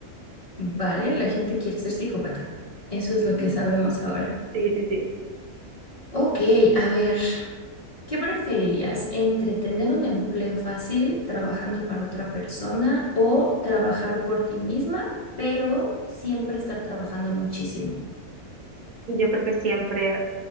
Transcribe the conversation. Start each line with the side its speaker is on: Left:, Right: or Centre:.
Left: vale, la gente quiere ser psicópata. Eso es lo que sabemos ahora.
Right: Sí, sí, sí.
Left: Ok, a ver, ¿qué preferirías entre tener un empleo fácil trabajando para otra persona o trabajar por ti misma, pero siempre estar trabajando muchísimo?
Right: Y Yo creo que siempre, eh,